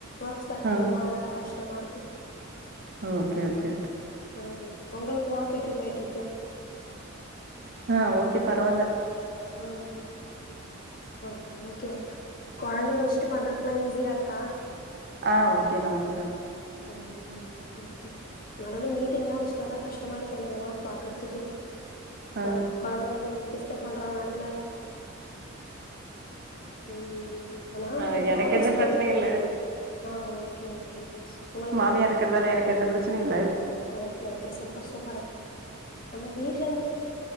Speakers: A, on the left; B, on the right.
A: ஒர்க் ஸ்டார்ட்
B: ஆ
A: பண்ணுமா அதனால கஷ் ட்டமா இருக்கு
B: ஓகே ஓகே ஓகே
A: ம் உங்களுக்கு ஒர்க் எப்டி போயட்டு இருக்கு
B: ஆ ஓகே பரவாயில
A: ம் ஓகே ஓகே குழந்தைய வச் சு பண்றதுக்குெல்லாம் ஈஸியா இருக்கா
B: ஆ ஓகேதான் ஓகே தான்
A: ம் ஓகே ஓகே நடுவுல மீட்டிங் எல்லாம் வச்ச்டாதான் கஷ்டமா இருக்கே எனக்கு பாக்குறதுக்கே
B: ஆ
A: குழ குழந்த வந்து கச்ச பண்றான் நடுவுல ம் ஏன்னா
B: ஆ
A: நம்ம
B: எனக்கு
A: ஆஃபீஸ்
B: எந்த
A: போய்
B: பிரச்சனையு இல்ல
A: ஆ ஓகே ஓகே உங்களுக்கு
B: மாமியா இருக்கறதால எனக் கு எந்த பிரச்சனைையும் இல
A: ஓகே ஓகே சூப்பர் சூப்பர் நம்ம வீட்ல இருந்து